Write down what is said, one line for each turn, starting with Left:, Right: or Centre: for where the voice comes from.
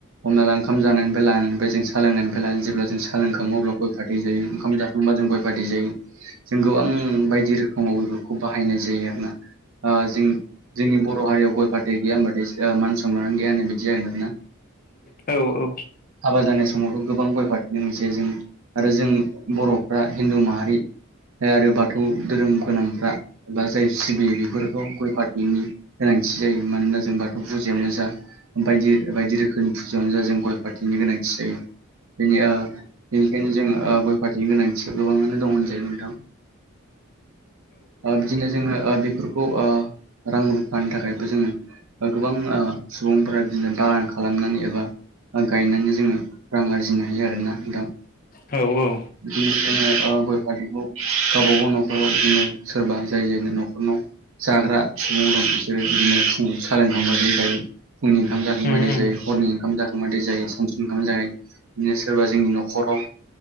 Right: हमनाला ओंखाम जानायनिफ्राय लानानैफ्राय जों सोलोंनायनिफ्राय लानानै जेब्ला जों सालोंखाङो अब्ला गयखाै जायो ओंखाम जाखां ओमबा जों गय फाै जायो जों गोबां बायदि रोखोमाव बेफोरखौ बाहायनाय जायो आरो ना जों जोंनि बर' हारियाव गय फाथै गैया होनबाथाय मान सनमान गैया होननाय बिदि जागोन आरो ना।
Left: औ औ
Right: हाबा जानाय समावथ' गोबां गय फारथिनो मोनसे जों आरो जों बर'फ्रा हिन्दु माहारि आरो बाथौ धोरोम गोनांफ्रा एबा जाय सिबि बेफोर थ' गय फाथैनि गोनांथि जायो मानोना जों बाथौ फुजायावनो जा बायदि बायदि रोखोमनि फुजायावनो जा जों गय फाथैनि गोनांथि जायो। बेनि बेनिखायनो जों गय फाथैनि गोनांथिया गोबाङानो दं होनजायो नोंथां। बिदिनो जोङो बेफोरखौ रां रुफानि थाखायबो जोङो गोबां सुबुंफोरा बिदिनो बागान खालामनानै एबा गायनानै जोङो रां आरजिनो हायो आर ना दा
Left: औ औ
Right: बिदिनो जोङो गय फाथैखौ गावबा गाव न'खराव बिदिनो सोरबा जाय जायनो न'खरनाव जाग्रा सुबुं दं बिसोरो बिदिनो फुंनि सालोंखांबाथाय जायो। फुंनि ओंखाम
Left: उम
Right: जाखांबाथाय
Left: उम
Right: जायो हरनि ओंखाम जाखांबाथाय सानसु ओंखाम जायो। बिनो सोरबा जोंनि न'खराव